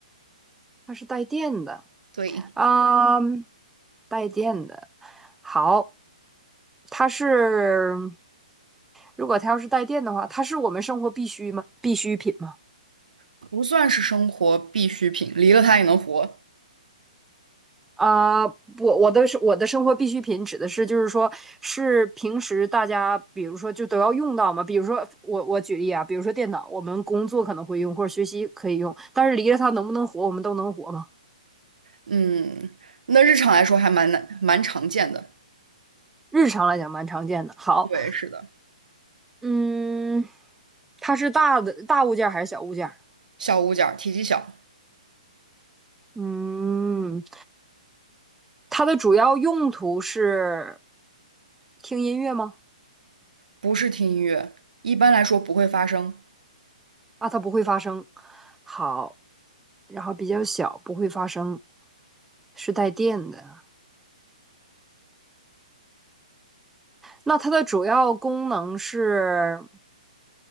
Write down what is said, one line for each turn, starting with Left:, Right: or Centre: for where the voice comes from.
Centre: 它是带电的，
Right: 对，
Centre: 啊，带电的，好，它是，如果它要是带电的话，它是我们生活必须吗？必需品吗？
Right: 不算是生活必需品，离了它也能活。
Centre: 啊，我我的是我的生活必需品指的是就是说是平时大家比如说就都要用到嘛，比如说我我举例啊，比如说电脑，我们工作可能会用或者学习可以用，但是离了它能不能活，我们都能活吗？
Right: 嗯，那日常来说还蛮难，蛮常见的。
Centre: 日常来讲蛮常见的。好，
Right: 对，是的，
Centre: 嗯，它是大的大物件还是小物件
Right: 小物件儿，体积小，
Centre: 嗯，它的主要用途是听音乐吗？
Right: 不是听音乐，一般来说不会发声，
Centre: 啊，它不会发声。好，然后比较小，不会发声，是带电的。那它的主要功能是